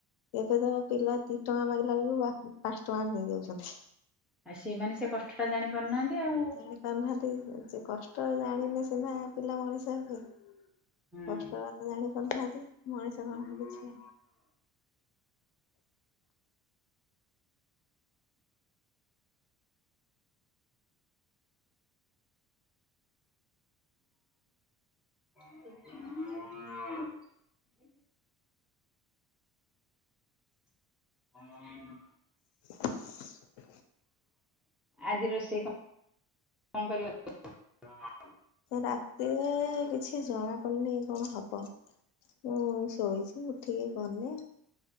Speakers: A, on the left (about 70°); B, in the centre.
A: ଏବେ ତ ପିଲା ଦି ଟଙ୍କା ମାଗିଲା ବେଳକୁ ପାଞ୍ଚ ଟଙ୍କା ଦେ।
B: ଆଉ ସେମାନେ ସେ କଷ୍ଟ ଟା ଜାଣି ପାରୁନାହାନ୍ତି ଆଉ।
A: ଜାଣି ପାରୁନାହାନ୍ତି ସେ କଷ୍ଟ ଜାଣିଲେ ସିନା ପିଲା ମଣିଷ ହେବେ।
B: ହୁଁ।
A: କଷ୍ଟ ଟା ଏତେ ଜାଣିପାରୁନାହାନ୍ତି ମଣିଷ କଣ କିଛି
B: <inaudible> <inaudible>
A: <inaudible>
B: ଆଜି ରୋଷେଇ କଣ କଣ କରିବା?
A: ରାତିରେ କିଛି ଜଣା ପଡିନି କଣ ହବ? ମୁଁ ଶୋଇଛି ଉଠିକି ଗଲେ